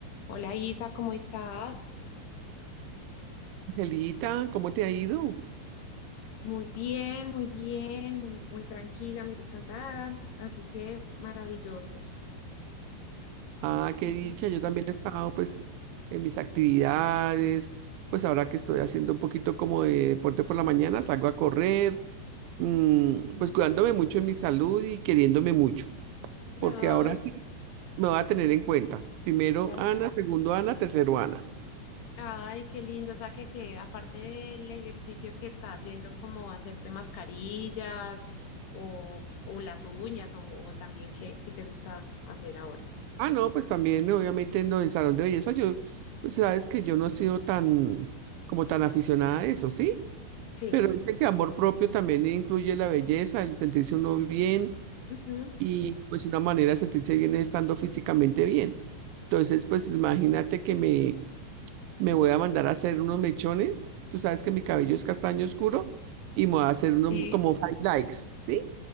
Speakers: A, on the left; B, on the right.
A: Hola Isa, ¿cómo estás?
B: Angelita, ¿cómo te ha ido?
A: Muy bien, muy bien, muy, muy tranquila, muy descansada, así que maravilloso.
B: Ah, qué
A: ¿Y
B: dicha, yo también he estado pues en mis actividades, pues ahora que estoy haciendo un poquito como de deporte por la mañana, salgo a correr, mm, pues cuidándome mucho en mi salud y queriéndome mucho,
A: Ay,
B: porque ahora sí me voy a tener en cuenta. Primero
A: ah,
B: Ana, segundo Ana, tercero Ana.
A: ay, qué lindo, o sea que, que aparte del ejercicio que estás yendo como a hacerte mascarillas o, o las uñas o, o también qué, qué te gusta hacer ahora.
B: Ah, no, pues también obviamente en el salón de belleza, yo, pues sabes que yo no he sido tan, como tan aficionada a eso, ¿sí?
A: Sí.
B: Pero dice que amor propio también incluye la belleza, el sentirse uno bien
A: Ujú.
B: y pues una manera de sentirse bien es estando físicamente bien. Entonces, pues imagínate que me, me voy a mandar a hacer unos mechones. Tú sabes que mi cabello es castaño oscuro y me voy a hacer unos
A: Sí.
B: como highlights, ¿sí?